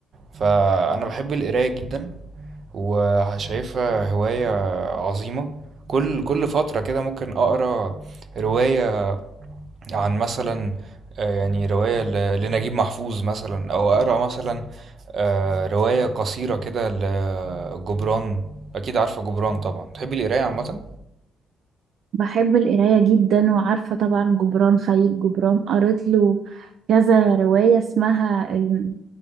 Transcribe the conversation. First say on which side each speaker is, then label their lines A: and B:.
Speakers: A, on the right; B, on the right.
A: فانا بحب القراية جدا وشايفها هواية عظيمة كل كل فترة كده ممكن اقرا رواية عن مثلا آه، يعني رواية ل- لنجيب محفوظ مثلا أو أقرأ مثلا آه، رواية قصيرة كده لجبران أكيد عارفة جبران طبعا تحبي القراية عامة؟
B: بحب القراية جدا وعارفة طبعا جبران خليل جبران قريت له كذا رواية اسمها ال...